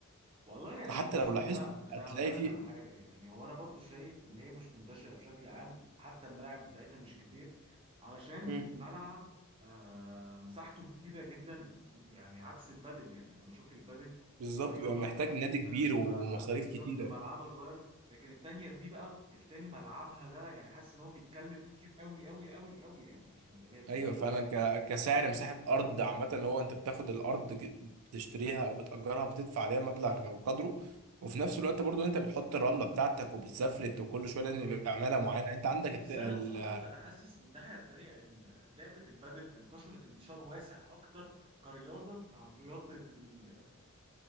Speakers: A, on the right (about 25°); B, on the right (about 80°).
A: والله يعني
B: حتى
A: بص
B: لو
A: وانا
B: لاحظت
A: انا
B: هتلاقي
A: هقول لك
B: في
A: على حاجه يعني هو انا برضو شايف ان هي مش منتشره بشكل عام حتى الملاعب بتاعتها مش كتير علشان
B: مم.
A: الملعب آه مساحته كبيره جدا يعني عكس البادل يعني انا بشوف البادل
B: بالظبط
A: كرياضه
B: بيبقى محتاج نادي كبير
A: آه
B: ومصاريف
A: ما ما بالظبط
B: كتيرة
A: ملعبها صغير لكن التانيه دي بقى التاني ملعبها ده يعني حاسس ان هو بيتكلف كتير قوي قوي قوي قوي يعني عشان يبقى جاهز
B: ايوه
A: لله
B: فعلا ك... كسعر مساحة ارض عامة اللي هو انت بتاخد الارض ك- بتشتريها او بتأجرها بتدفع عليها مبلغ وقدره وفي نفس الوقت برضو انت بتحط الرملة بتاعتك وبتسفلت وكل
A: بالظبط
B: شوية لازم يبقى
A: بالظبط
B: عمالة معينة انت عندك
A: بس
B: الت... ال...
A: انا قصاد دوت انا حاسس من الناحيه التانيه ان لعبه البادل انتشرت انتشار واسع اكتر كرياضه عن رياضه ال-